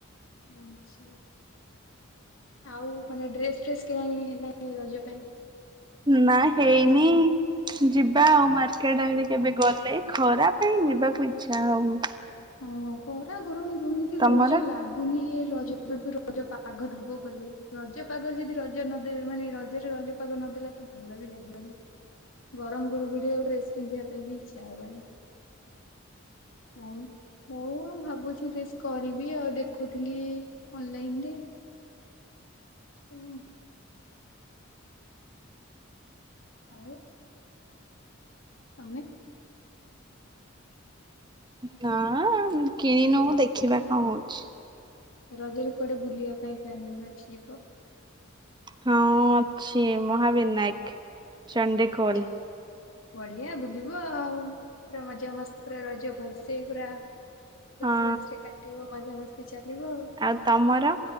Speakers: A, on the left (about 80°); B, on the right (about 20°).
A: ଜାଣିଛ। ଆଉ ମାନେ ଡ୍ରେସ ଫ୍ରେସ୍ କିଣା କିିଣି ହେଲାଣି ରଜ ପାଇଁ?
B: ନା ହେଇନି। ଯିବା ଆଉ ମାର୍କେଟ ଆଡ଼େ କେବେ ଗଲେ ଖରା ପାଇଁ ଯିବାକୁ ଇଚ୍ଛା ହଉନି।
A: ହଁ ଖରା ଗରମ ଯେମିତି ହଉଛି
B: ତମର?
A: ଲାଗ କୁନି ଏ ରଜ ବେଳକୁ ରଜ ପାଗ ଦବ ବୋଲି ରଜ ପାଗରେ ଯଦି ରଜ ନ ଦେବେ ମାନେ ରଜରେ ରଜ। ପାଗ ନ ଦେଲା ତ ଭଲ ବି ଲାଗିବନି। ଗରମ ଗୁଳୁଗୁଳି <unintelligible> ଡ୍ରେସ ପିନ୍ଧିବା ପାଇଁ ବି ଇଚ୍ଛା ହବନି। ହଁ ମ। ମୁଁ ଭାବୁଛି ଡ୍ରେସ୍ କରିବି ଆଉ ଦେଖୁଥିଲି ଅନଲାଇନ ରେ। <unintelligible> ଆଉ। ତମେ।
B: ନା ଉଁ କିଣିନଉ ଦେଖିବା କଣ ହଉଛି।
A: ରଜରେ କୁଆଡେ ବୁଲିବା ପାଇଁ ପ୍ଲାନିଙ୍ଗ ଅଛି ଯିବ?
B: ହଁ ଅଛି ମହାବିନାୟକ, ଚଣ୍ଡିଖୋଲ।
A: ଆଚ୍ଛା ବଢିଆ ବୁଲିବୁ ଆଉ। ପୁରା ମଜା ମସ୍ତି ପୁରା ରଜ ଭଲସେ ପୁରା। ଖୁସି
B: ହଁ
A: ବାସିରେ କାଟିବ ମଜାମସ୍ତି ଚାଲିବ ଆଉ।
B: ଆଉ ତମର?